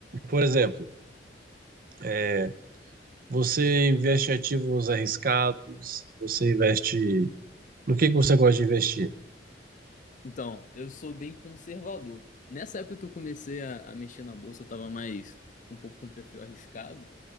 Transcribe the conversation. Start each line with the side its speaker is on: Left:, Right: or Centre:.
Right: Por exemplo, é, você investe em ativos arriscados, você investe. No que que você gosta de investir?
Left: Então, eu sou bem conservador. Nessa época que eu comecei a, a mexer na bolsa, eu tava mais um pouco com perfil arriscado.